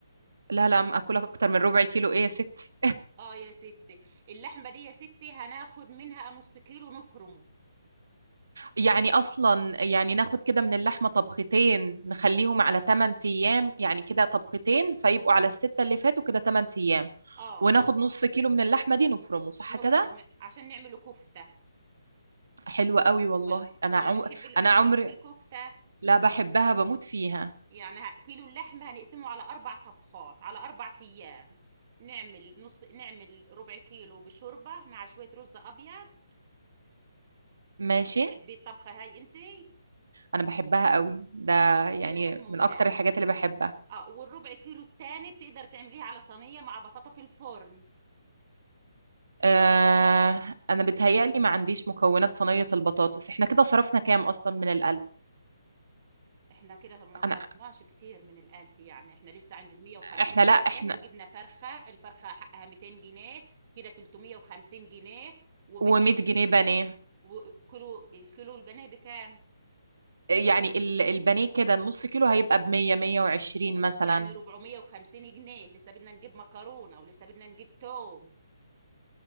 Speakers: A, on the right (about 75°); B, on the right (about 30°).
A: لا لا أم اكلك اكتر من ربع كيلو ايه يا ستي
B: اه يا ستي اللحمه دي يا ستي هناخد منها نص كيلو نفرمه
A: يعني اصلا يعني ناخد كده من اللحمة طبختين نخليهم على 8 ايام يعني كده طبختين فيبقوا على الستة اللي فاتوا كده 8 ايام
B: اه
A: وناخد نص كيلو من اللحمة دي نفرمه صح
B: نفرم
A: كده
B: عشان نعمله كفته
A: حلوة قوي والله
B: ولا
A: انا
B: ولا
A: عم...
B: بتحبي
A: انا
B: ما بتحبيش
A: عمري
B: الكفته
A: لا بحبها بموت فيها
B: يعني ه- كيلو اللحمه هنقسمه على اربع طبخات على اربع ايام نعمل نص نعمل ربع كيلو بشوربه مع شويه رز ابيض
A: ماشي
B: تحبي الطبخه هاي انتي
A: انا بحبها قوي ده
B: اه كتير
A: يعني
B: هيك ممتاز
A: من اكتر الحاجات اللي بحبها
B: اه والربع كيلو التاني بتقدر تعمليها على صينية مع بطاطا في الفرن
A: آه انا بتهيألي ما عنديش مكونات صينية البطاطس احنا كده صرفنا كام اصلا من الالف
B: احنا كده ما صرفناش
A: انا
B: كتير من الألف يعني احنا لسه عند 150
A: احنا لا
B: جنيه
A: احنا
B: وجبنا فرخة الفرخة حقها 200 جنيه كده 350 جنيه وبدنا
A: و100 جنيه بانيه
B: وكيلو الكيلو البانيه بكام؟
A: يعني ال- البانيه كده النص كيلو هيبقى ب 100 120 مثلا
B: يعني 450 جنيه لسه بدنا نجيب مكرونة ولسه بدنا نجيب توم